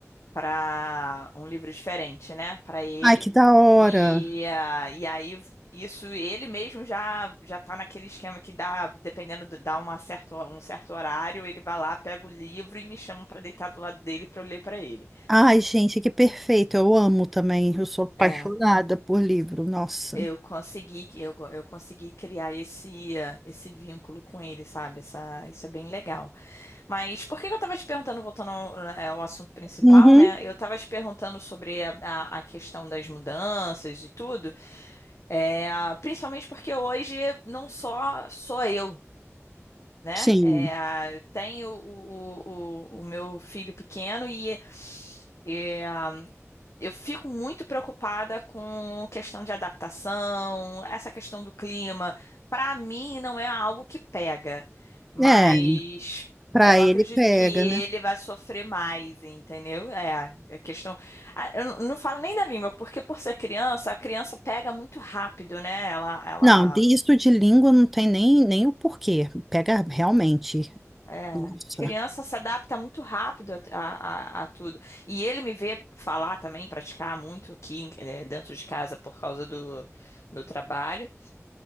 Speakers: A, on the left (about 65°); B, in the centre.
A: para um livro diferente, né? Para ele.
B: Ai, que da hora.
A: E, ah, e aí isso ele mesmo já já tá naquele esquema que dá, dependendo do, dá uma certa, um certo horário, ele vai lá, pega o livro e me chama para deitar do lado dele para eu ler para ele.
B: Ai, gente, que perfeito. Eu amo também. Eu sou apaixonada
A: é
B: por livro. Nossa.
A: eu consegui, que- eu, go- eu consegui criar esse, eh, esse vínculo com ele, sabe? Essa, isso é bem legal. Mas por que que eu tava te perguntando, voltando ao, eh, ao assunto principal,
B: Uhum,
A: né? Eu tava te perguntando sobre a, a- a questão das mudanças e tudo, é, principalmente porque hoje não só sou eu. Né?
B: sim.
A: É, tenho o, o, o, o meu filho pequeno e, eh, eu fico muito preocupada com questão de adaptação, essa questão do clima. Para mim, não é algo que pega, mas
B: É, pra
A: eu acredito
B: ele pega,
A: que ele
B: né?
A: vai sofrer mais, entendeu? É, é questão. Ah, Eu não não falo nem da língua, porque por ser criança, a criança pega muito rápido, né? Ela, ela
B: Não, disso de língua não tem nem, nem o porquê. Pega realmente.
A: É,
B: Nossa.
A: criança se adapta muito rápido a, a- a- a tudo. E ele me vê falar também, praticar muito aqui, eh, dentro de casa por causa do, do trabalho.